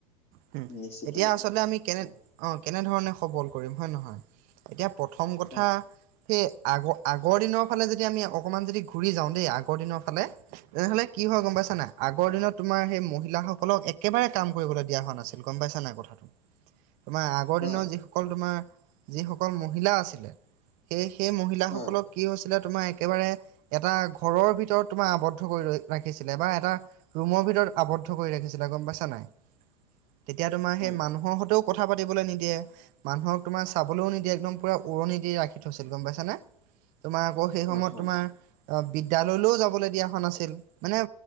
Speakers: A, on the right; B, on the left.
A: হোম,
B: নিশ্চিত
A: এতিয়া
B: ৰূপে
A: আচলতে আমি কেনে
B: হয়,
A: অ', কেনেধৰণে সবল কৰিম হয় নে নহয়, এতিয়া প্ৰথম কথা।
B: হয়,
A: সেই আগ-আগৰ দিনৰ ফালে যদি আমি অকণমান যদি ঘূৰি যাওঁ দেই আগৰ দিনৰ ফালে। তেনেহলে কি হয় গম পাইছা নাই আগ আগৰ দিনত তোমাৰ সেই মহিলাসকলক একেবাৰে কাম কৰিবলৈ দিয়া হোৱা নাছিল গম পাইছা নাই কথাটো। তোমাৰ আগৰ
B: হয়।
A: দিনৰ যিসকল তোমাৰ যিসকল মহিলা আছিলে। সেই-সেই মহিলাসকলক
B: হয়
A: কি হৈছিলে তোমাৰ একেবাৰে এটা ঘৰৰ ভিতৰত তোমাৰ আৱদ আবদ্ধ কৰি ৰৈ ৰাখিছিলে বা এটা ৰুমৰ ভিতৰত আৱদ্ধ কৰি ৰাখিছিলে গম পাইছা নাই। তেতিয়া তোমাৰ
B: হয়
A: সেই মানুহৰ সৈতেও কথা পাতিবলৈ নিদিয়ে। মানুহক তোমাৰ চাবলৈও নিদিয়ে একদম পুৰা উৰণি দি ৰাখি থৈছিল গম পাইছা নে। তোমাৰ আকৌ সেই
B: হয়
A: সময়ত
B: হয়
A: তোমাৰ অ', বিদ্যয়ালয়লৈও যাবলৈ দিয়া। হোৱা নাছিল মানে